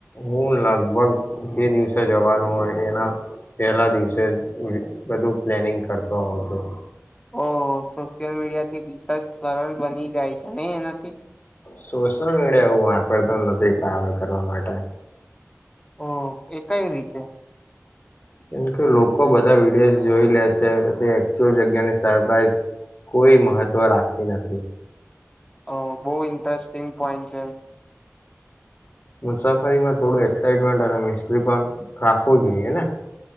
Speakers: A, on the left (about 40°); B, on the left (about 20°).
A: હું લગભગ જે દિવસે જવાનું હોય એના પેહલા દિવસે જ બધું પ્લેનિંગ કરતો હોઉં છું.
B: ઓહ! સોશિયલ મીડિયાથી રિસર્ચ સરળ બની જાય છે. ને એનાથી.
A: સોશિયલ મીડિયા એવું વાપરતા નથી ટ્રાવેલ કરવા માટે.
B: ઓહ! એ કઈ રીતે?
A: કેમ કે લોકો બધા વિડીયો જોઈ લે છે પછી એકચુઅલ જગ્યાની સરપ્રાઈઝ કોઈ મહત્વ રાખતી નથી.
B: ઓહ. બહુ ઇન્ટરેસ્ટિંગ પોઈન્ટ છે.
A: મુસાફરીમાં થોડું એક્સાઈટમેન્ટ અને મિસ્ટ્રી પણ રાખવું જોઈએ ને.